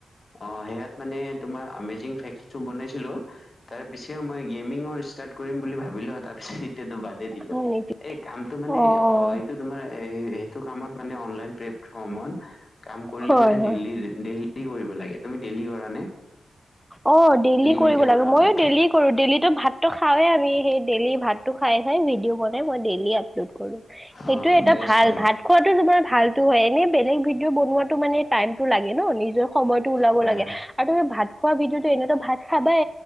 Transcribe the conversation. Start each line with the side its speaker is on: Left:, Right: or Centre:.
Left: অ', সেয়াত মানে তোমাৰ আমেজিং ফেক্টো বনাইছিলো। তাৰ পিছে মই গেমিঙৰ ষ্টাৰ্ট কৰিম বুলি ভাবিলো, তাৰ পিছত টো বাদেই দিলো,
Centre: হয় নেকি?
Left: এই কামটো মানে
Centre: অঁ অঁ
Left: <unintelligible> সেইটো কামত মানে অনলাইন প্লেট ফ্ৰমত কাম কৰিলে
Centre: হয়
Left: মানে
Centre: হয়
Left: ডেইলী ডেইলী কৰিব লাগে, তুমি ডেইলি কৰা নে?
Centre: অ', ডেইলি কৰিব
Left: ভিডিঅ'বোৰ
Centre: লাগে,
Left: আপলোড
Centre: ময়ো ডেইলি কৰোঁ ডেইলিটো ভাতো খাওে আমি, সেই ডেইলি ভাত খাই খাই ভিডিঅ' বনাই মই ডেইলী আপল'ড কৰোঁ, সইটো
Left: অ
Centre: এটা
Left: বেষ্ট
Centre: ভাল
Left: হয়
Centre: ভাত খোৱাতো তোমাৰ ভালতো হয়, এনে বেলেগ ভিডিঅ' বনোৱাটো মানে টাইমটো লাগে ন' নিজৰ সময়টো ওলাব
Left: হয়
Centre: লাগে
Left: হয়
Centre: আৰু তুমি ভাত খোৱা ভিডিঅ'তো এনেতো ভাত খাবাই।